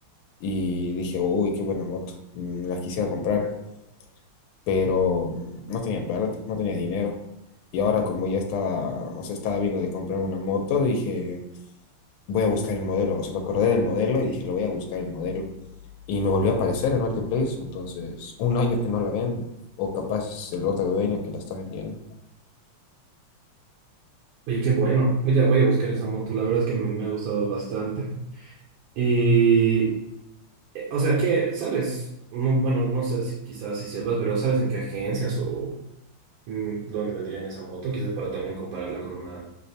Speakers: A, on the left (about 80°); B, on the right (about 85°).
A: y dije, uy, qué buena moto. mm, La quisiera comprar, pero mm, no tenía plata, no tenía dinero. Y ahora como ya estaba, o sea, estaba viendo de comprar una moto, dije, voy a buscar el modelo. O sea, me acordé del modelo y dije, lo voy a buscar el modelo. Y me volvió a aparecer el marketplace, entonces un año que no la venden, o capaz es el otro dueño que la está vendiendo.
B: Oye, qué bueno. Voy a, voy a buscar esa moto. La verdad es que me me ha gustado bastante. Y, eh, o sea, que, ¿sabes? No, bueno, no sé si quizás si sepas, pero ¿sabes en qué agencias o mm, dónde vendrían esa moto? Quizás para también compararla con una,